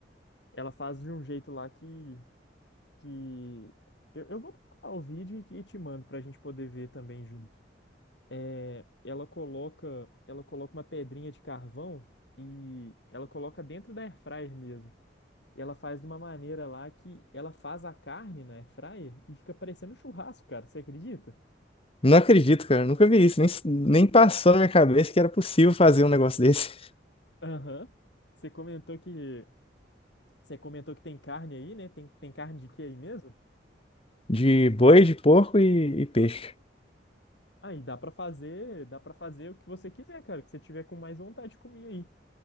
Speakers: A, on the left; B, on the left.
A: ela faz de um jeito lá que, que... Eu, eu vou procurar o vídeo e, e te mando pra gente poder ver também junto. É, Ela coloca, ela coloca uma pedrinha de carvão e ela coloca dentro da air fryer mesmo. E ela faz de uma maneira lá que ela faz a carne na air fryer e fica parecendo um churrasco, cara. Você acredita?
B: Não acredito, cara. Eu Nunca vi isso. Nem, nem passou na minha cabeça que era possível fazer um negócio desse. <laughs>
A: Aham. Você comentou que você comentou que tem carne aí, né? Tem, tem carne de quê aí mesmo?
B: De boi, de porco e, e peixe.
A: Aí dá pra fazer, dá para fazer o que você quiser, cara, o que você tiver com mais vontade de comer aí.